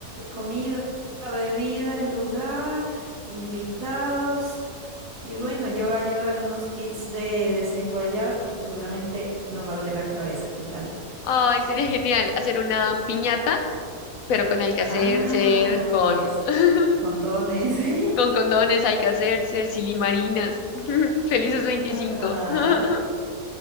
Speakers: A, on the right; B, on the left.
A: comida, bebida, el lugar, invitados. Y bueno, yo voy a llevar unos kits de desenguayabe porque seguramente nos va a doler la cabeza. ¿Qué tal?
B: Ay, sería genial hacer una piñata, pero con Alcacercer,
A: Ah,
B: con,
A: que es
B: <laughs>
A: ch- condones. <laughs>
B: con condones, Alcacercer, silimarinas. <laughs> Felices 25.
A: Ajá.
B: <laughs>